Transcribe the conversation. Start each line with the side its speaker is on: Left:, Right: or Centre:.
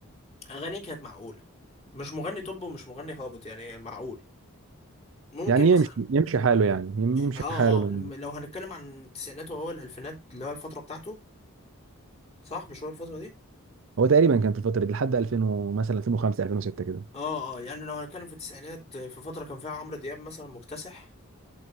Left: اغانيه كانت معقوله مش مغني توب ومش مغني هابط يعني معقول ممكن
Right: يعني يمشي
Left: مثلا
Right: يمشي حاله يعني يمشي
Left: اه
Right: حاله لو
Left: اه لما- لو هنتكلم عن التسعينات واول الالفينات اللي هو الفتره بتاعته صح مش هو الفتره دي
Right: هو تقريبا كان في الفتره دي لحد 2000 و- مثلا 2005 2006 كده
Left: اه اه يعني لو هنتكلم في التسعينات في فتره كان فيها عمرو دياب مثلا مكتسح